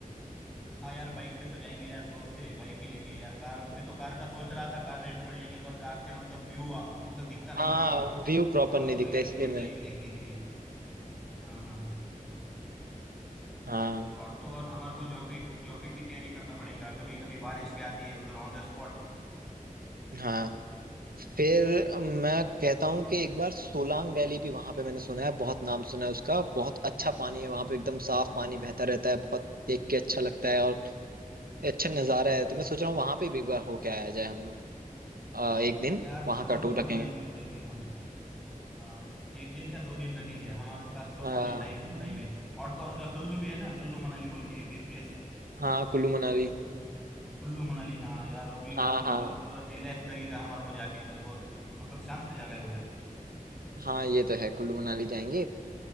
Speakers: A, in the centre; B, on the right.
A: हाँ यार बाइक पे तो जाएंगे यार दोस्त से बाइक ही लेंगे यार कार मैं तो कार का सोच रहा था कार रेंट पर लेंगे पर कार से मतलब व्यू मतलब दिखता नहीं
B: हाँ
A: ना व्यू
B: व्यू प्रॉपर
A: हमारे
B: नहीं
A: को
B: दिखता
A: तो यार
B: इसलिए
A: व्यू
B: मैं
A: चाहिए देखने के लिए हाँ हाँ हाँ
B: हाँ
A: और तो और हमारे को जॉकेट जॉकेट भी कैरी करना पड़ेगा कभी कभी बारिश भी आती है उधर ऑन द स्पॉट
B: हाँ फिर मैं कहता हूँ कि एक बार सोलांग वैली भी वहां पे मैंने सुना है बहुत नाम सुना है उसका बहुत अच्छा पानी है वहां पे एकदम साफ पानी बहता रहता है बहुत देख के अच्छा लगता है और अच्छा नजारा है तो मैं सोच रहा हूँ वहां पे भी एक बार होके आया जाए हम लोग अ, एक दिन
A: यार
B: वहां
A: जरूर
B: का टूर
A: जरूर
B: रखेंगे
A: जाएंगे उधर भी हम हाँ एक दिन क्या दो दिन रखेंगे हमारे पास तो
B: हाँ
A: बहुत ही टाइम तो टाइम है और तो और उधर कुल्लू भी है ना कुल्लू मनाली बोल के एक प्लेस
B: हाँ कुल्लू मनाली
A: कुल्लू मनाली हाँ यार वो भी
B: हाँ
A: बहुत मतलब
B: हाँ
A: उधर रिलैक्स लगेगा हमारे को जाके उधर बहुत मतलब शांत जगह है उधर
B: हाँ ये तो है कुल्लू मनाली जाएंगे